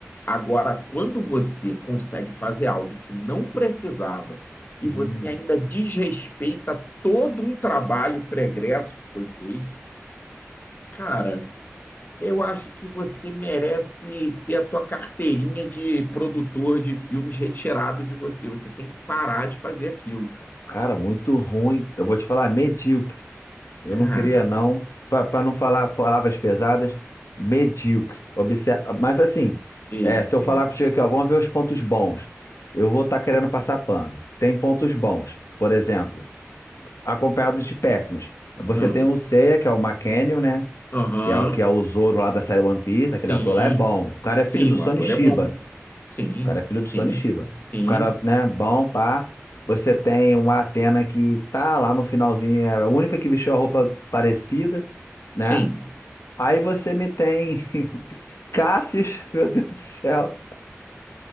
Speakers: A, on the left; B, on the left.
A: Agora, quando você consegue fazer algo que não precisava e
B: Hum,
A: você ainda desrespeita todo um trabalho pregresso que foi feito, cara, Eu acho que você merece ter a tua carteirinha de produtor de filmes retirada de você. Você tem que parar de fazer aquilo, cara.
B: cara, muito ruim. Eu vou te falar, medíocre. Eu
A: Cara,
B: não queria, não. Para não falar palavras pesadas, medíocre. Obser- Mas assim,
A: feio,
B: é, se eu
A: feio.
B: falar contigo aqui, ó, vamos ver os pontos bons. Eu vou estar querendo passar pano. Tem pontos bons, por exemplo, acompanhados de péssimos. Você
A: Ah,
B: tem o Seiya, que é o McCann, né?
A: Aham,
B: que é, o- que é o Zoro lá da série One Piece,
A: sim.
B: aquele ator lá é bom. O cara é
A: Sim,
B: filho do
A: o
B: Sonny
A: ator
B: Chiba.
A: é bom. Sim,
B: O cara é filho
A: sim,
B: do Sonny Chiba.
A: sim,
B: O cara, né, bom, pá. Você tem uma Atena que tá lá no finalzinho, é a única que vestiu a roupa parecida, né?
A: sim.
B: Aí você me tem <laughs> Cassius, meu Deus do céu,